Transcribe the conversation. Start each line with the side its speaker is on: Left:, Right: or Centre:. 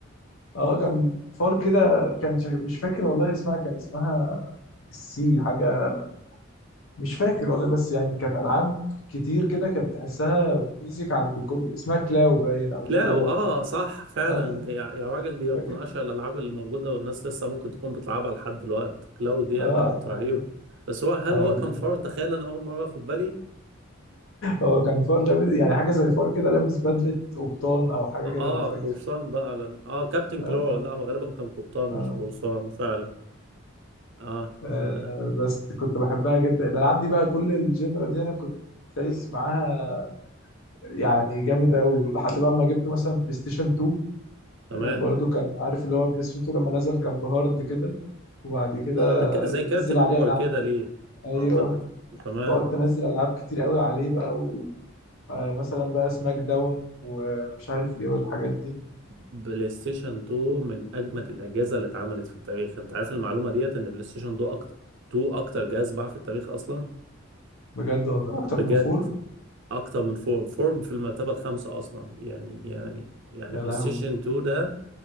Left: اه كان فار كده كان شا- مش فاكر والله اسمها كان اسمها السي حاجه مش فاكر والله بس يعني كانت العاب كتير كده كانت تحسها بيزك عند كل اسمها كلاو باين او
Right: لا
Left: كلو
Right: اه صح فعلا
Left: اه
Right: يا يا راجل دي
Left: فاكر
Right: من اشهر الالعاب اللي موجوده والناس لسه ممكن تكون بتلعبها لحد دلوقتي كلاو دي
Left: اه
Right: كانت رهيبه بس هو هل
Left: انا
Right: هو
Left: انا كنت
Right: كان فار تخيل انا اول مره اخد بالي
Left: هو كان فار لابس يعني حاجه زي فار كده لابس بدله قبطان او حاجه
Right: اه
Left: كده لو فاكر
Right: قرصان بقى لن. اه كابتن
Left: اه
Right: كلو لا هو غالبا كان قبطان
Left: اه
Right: مش قرصان فعلا اه
Left: آه
Right: آه،
Left: بس كنت بحبها جدا الالعاب دي بقى كل الجينرا دي انا كنت دايس معاها يعني جامد قوي لحد بقى ما جبت مثلا بلاي ستيشن 2
Right: تمام
Left: برضو كان عارف اللي هو بلاي ستيشن 2 لما نزل كان بهارد كده وبعد كده
Right: آه ك- زي
Left: تنزل
Right: كارت ميموري
Left: عليه العاب
Right: كده ليه
Left: ايوه
Right: اعتقد تمام
Left: تقعد تنزل العاب كتير قوي عليه بقى ومثلا بقى سماك داون ومش عارف ايه والحاجات دي
Right: بلاي ستيشن 2 من اجمد الاجهزه اللي اتعملت في التاريخ انت عارف المعلومه ديت ان بلاي ستيشن 2 اكتر 2 اكتر جهاز باع في التاريخ اصلا
Left: بجد والله اكتر
Right: بجد
Left: من فور
Right: اكتر من فور فور في المرتبه الخامسه اصلا يعني يعني يعني
Left: يا
Right: بلاي
Left: لهوي
Right: ستيشن 2 ده